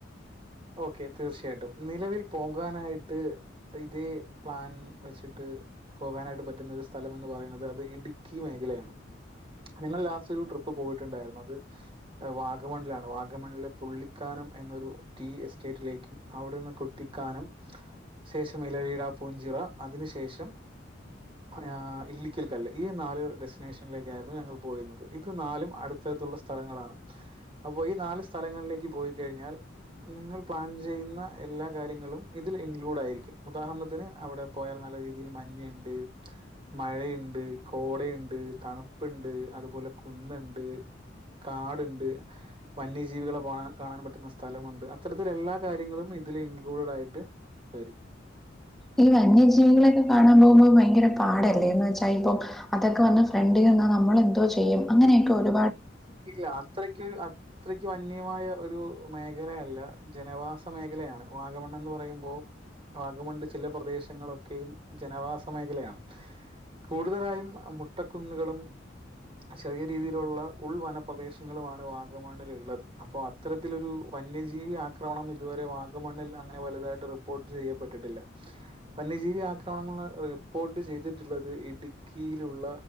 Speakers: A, on the right; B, in the centre.
A: ഓക്കെ തീർച്ചയായിട്ടും നിലവിൽ പോകാനായിട്ട് ഇതേ പ്ലാൻ വെച്ചിട്ട് പോകാനായിട്ട് പറ്റുന്ന ഒരു സ്ഥലം എന്ന് പറയുന്നത് അത് ഇടുക്കി മേഖലയാണ്. ഞങ്ങൾ ലാസ്റ്റ് ഒരുടിപ്പ് പോയിട് <unintelligible> <unintelligible> ണ്ടായിരുന്നു അത് <unintelligible> വാഗമണ്ലാണ് വാഗമണില് <inaudible> പുള്ളിക്കാനം എന്നൊരു <inaudible> ടീ എസ്റ്റേറ്റിലേക്കും അവിടുന്ന് കുട്ടിക്കാനം <inaudible> ശേഷം ഇലവീഴാ പൂഞ്ചിറ. അതിനു ശേഷം ആഹ് ഇല്ലിക്കൽ. കല്ല് ഈ നാല് ഡെസ്റ്റിനേഷനിലേക്കാ യിരുന്നു ഞങ്ങൾ പോയിരുന്നത് ഇത് നാലും അടുത്തടുത്തുള്ള സ്ഥലങ്ങളാണ്. അപ്പൊ ഈ നാല് സ്ഥലങ്ങളിലേക്ക് പോയ്‌ <inaudible> കഴിഞ്ഞാൽ നിങ്ങൾ പ്ലാൻ ചെയ്യുന്ന എല്ലാ കാര്യങ്ങളും ഇതിൽ ഇൻക്ലൂഡായിരിക്കും ഉദാഹരണത്തിന് അവിടെ പോയാൽ നല്ല രീതിയിൽ മഞ്ഞ്ണ്ട് മഴയ്ണ്ട് കോടയ്ണ്ട് തണു <inaudible> പ്പ്‌ണ്ട് അതുപോലെ കുന്ന്ണ്ട് കാട്ണ്ട് വന്യജീവികളെ പോ കാണാൻ പറ്റുന്ന സ്ഥലമുണ്ട് അത്തരത്തില് എല്ലാ കാര്യങ്ങളും ഇതില് ഇൻക്ലൂഡ് ആയിട്ട് വരും.
B: ഈ വന്യജീവികളൊക്കെ കാണാൻ പോകുമ്പോ ഭയങ്കര പാടല്ലേ എന്ന് വെച്ചാൽ ഇപ്പം അതൊക്കെ വന്ന് ഫ്രണ്ടിൽ നിന്നാൽ നമ്മൾ എന്തോ ചെയ്യും അങ്ങനെയൊക്കെ ഒരു
A: ഇല്ല അത്രയ്ക്ക് അത്രയ്ക്കും അന്യമായ ഒരു <unintelligible> മേഖലയല്ല ജനവാസ മേഖലയാണ്. വാഗമണ്ണ് എന്ന് പറയുമ്പോ വാഗമണ്ണ്ന്റെ ചില പ്രദേശങ്ങളൊക്കെയും ജനവാസ മേഖലയാണ് കൂടുതലായും മൊട്ടക്കുന്നുകളും ചെറിയ രീതിയിലുള്ള ഉൾ വനപ്രദേശങ്ങളുമാണ് വാഗമണ്ണിൽ ഉള്ളത് അപ്പോ അത്തരത്തിലൊരു വന്യജീവി ആക്രമണം ഇതുവരെ വാഗമണ്ണിൽ അങ്ങനെ വലുതായിട്ട് റിപ്പോർട്ട് ചെയ്യപ്പെട്ടിട്ടില്ല. വന്യജീവി ആക്രമണങ്ങൾന്നാ ഒരു റിപ്പോർട്ട് ചെയ്തിട്ടുള്ളത് ഇടുക്കിയിലുള്ള